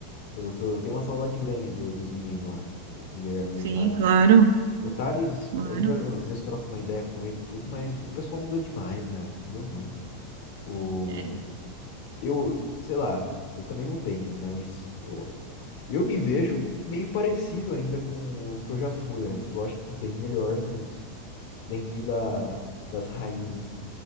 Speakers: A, on the left; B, on the right.
A: eu, tô- eu tenho uma saudade grande do- dos meninos lá, do, do Guilherme e
B: sim,
A: do Thales.
B: claro,
A: O Thales,
B: claro.
A: ainda às vezes troca uma ideia com ele e tudo, mas o pessoal mudou demais, né? Mudou muito. O,
B: É.
A: eu, sei lá, eu também mudei, né? Mas eu, eu me vejo meio parecido ainda com o que eu já fui antes. Lógico que bem melhor, mas dentro da, das raízes.